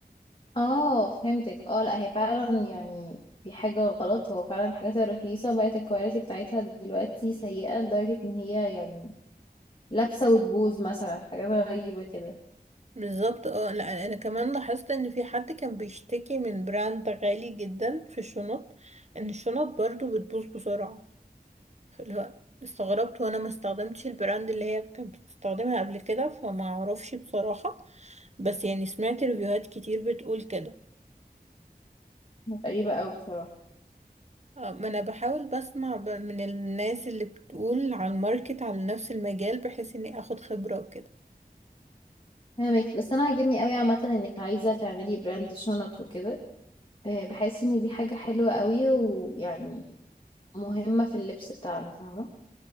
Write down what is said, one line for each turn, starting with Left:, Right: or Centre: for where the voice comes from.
Left: اه فهمتك اه لا هي فعلا يعني في حاجه غلط هو فعلا الحاجات الرخيصه بقت الكواليتي بتاعتها دلوقتي سيئه لدرجه ان هي يعني لابسه وتبوظ مثلا حاجات غريبه كده
Right: بالظبط اه لا انا كمان لاحظت ان في حد كان بيشتكي من براند غالي جدا في الشنط ان الشنط برضو بتبوظ بسرعه فاللي هو استغربت وانا ما استخدمتش البراند اللي هي كانت بتستخدمها قبل كده فما اعرفش بصراحه بس يعني سمعت ريفيوهات كتير بتقول كده
Left: غريبه قوي بصراحه
Right: آه، ما انا بحاول بسمع ب- من الناس اللي بتقول على الماركت على نفس المجال بحيث اني اخد خبرة وكده
Left: فاهمك بس انا عاجبني قوي عامه انك عايزه تعملي براند شنط وكده آه، بحس ان دي حاجه حلوه قوي ويعني مهمه في اللبس بتاعنا فاهمه